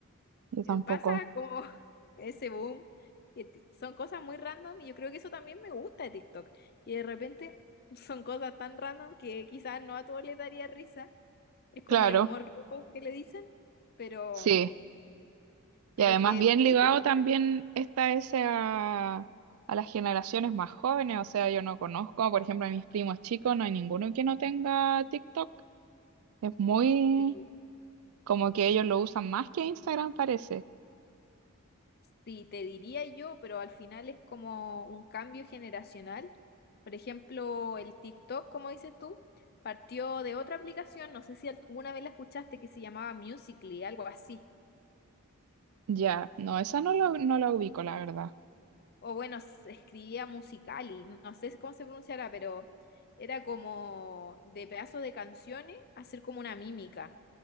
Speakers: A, on the right; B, on the left.
A: yo tampoco.
B: eh, pasa como <laughs> ese boom, que ti- son cosas muy random y yo creo que eso también me gusta de TikTok, que de repente <laughs> son cosas tan random que quizás no a todos les daría risa, es como
A: Claro,
B: el humor rojo que le dicen, pero,
A: sí.
B: pero
A: Y además
B: que
A: bien
B: a veces
A: ligado
B: funciona.
A: también está ese a, a las generaciones más jóvenes, o sea, yo no conozco, por ejemplo, a mis primos chicos, no hay ninguno que no tenga TikTok. Es muy
B: Sí,
A: como que ellos lo usan más que Instagram, parece.
B: Sí, te diría yo, pero al final es como un cambio generacional. Por ejemplo, el TikTok, como dices tú, partió de otra aplicación, no sé si alguna vez la escuchaste, que se llamaba Musical.ly, algo así.
A: Ya, no, esa no la, no la ubico, la verdad.
B: O bueno, se escribía Musical.ly, no sé cómo se pronunciará, pero era como de pedazos de canciones hacer como una mímica,